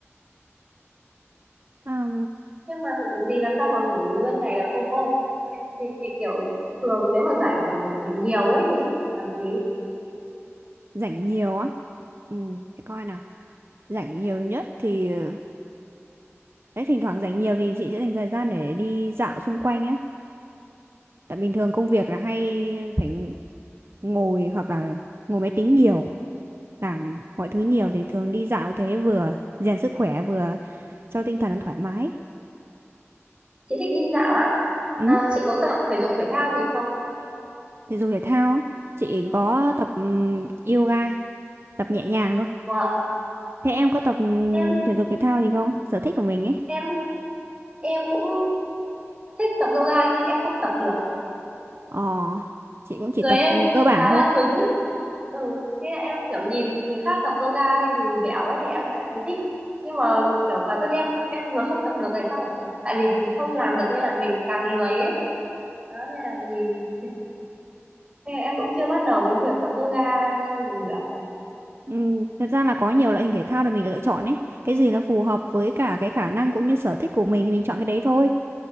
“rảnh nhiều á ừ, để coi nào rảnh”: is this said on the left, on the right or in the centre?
Right